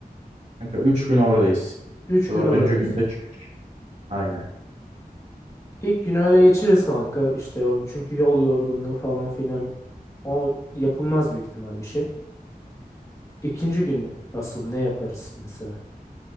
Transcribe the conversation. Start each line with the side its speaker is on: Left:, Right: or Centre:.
Right: Kanka 3 gün oradayız.
Left: 3 gün
Right: Dördüncü
Left: oradayız.
Right: günde çık. Aynen.
Left: İlk günü öyle geçiririz kanka. İşte o çünkü yol yorgunluğu falan filan o yapılmaz büyük ihtimal bir şey. İkinci gün asıl ne yaparız mesela?